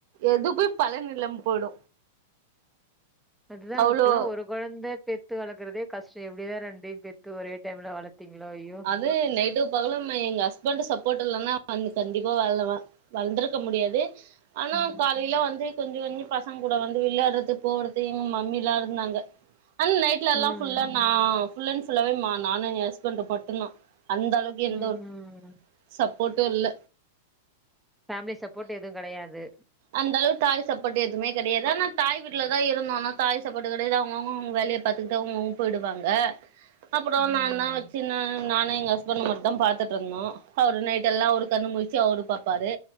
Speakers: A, on the right; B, in the centre.
A: எது போய் பலன் இல்லாம போயிடு
B: அதுதா
A: அவ்ளோ
B: அப்பல்லா ஒரு குழந்த பே பத்து வளர்க்கறதே கஷ்ட எப்டிதா ரெண்டையு பெத்து ஒரே டைம்ல வளர்த்தீங்களோ ஐயோ
A: அது நைட்டு பகலு எங்க ஹஸ்பண்ட் சப்போர்ட் இல்லனா வந்து கண்டிப்பா <unintelligible> வளர்ந்திருக்க முடியாது ஆனா
B: ம்
A: காலையில வந்து கொஞ்சம் கொஞ்சம் பசங்க கூட கொஞ்ச கொஞ்ச பசங்க கூட வந்து விளையாடுறது போறது எங்க மம்மி எல்லா இருந்தாங்க அந்த நைட் வீட்லல்லா
B: ம்
A: ஃபுல்லா நா ஃபுல் அண்ட் ஃபுல்லாவே மா நானு ஏ ஹஸ்பண்ட் மட்டுந்தா அந்தளவுக் எந்த
B: ம்
A: ஒரு
B: ம்
A: சப்போர்ட்டும் இல்ல
B: ஃபேமிலி சப்போர்ட் எதும் கெடையாது
A: அந்தளவுக்கு தாய் சப்போட்டு எதுமே கிடையாது ஆனா தாய் வீட்ல தா இருந்தோ ஆனா தாய் சப்போட்டு கிடையாது அவ்ங்க அவ்ங்க அவங்க வேலைய பாத்துக்கிட்டு அவங்கவங்க போயிடுவாங்க அப்றோ
B: ம்.
A: நா தா வச்சு நானு எங்க ஹஸ்பண்ட் மட்டுந்தா பாத்துட்டு இருந்தோ அவரு நைட் எல்லா அவரு கண்ணு முழிச்சு அவரு பாப்பாரு